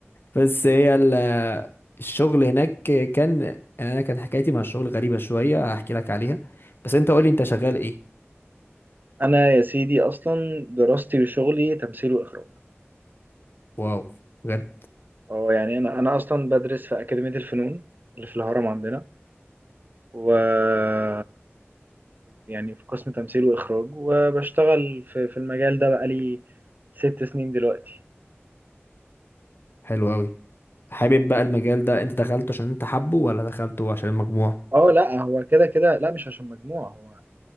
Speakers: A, on the left (about 50°); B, on the right (about 45°).
A: بس هي ال... آه، الشغل هناك كان يعني انا كان حكايتي مع الشغل غريبه شويه هحكي لك عليها بس انت قولي انت شغال ايه
B: انا يا سيدي اصلا دراستي وشغلي تمثيل واخراج
A: واو بجد
B: اه يعني انا انا اصلا بدرس في اكاديميه الفنون اللي في الهرم عندنا و يعني في قسم تمثيل واخراج وبشتغل في في المجال ده بقالي ست سنين دلوقتي
A: حلو قوي حابب بقى المجال ده انت دخلته عشان انت حابه ولا دخلته عشان المجموع
B: اه لا هو كده كده لا مش عشان مجموعه هو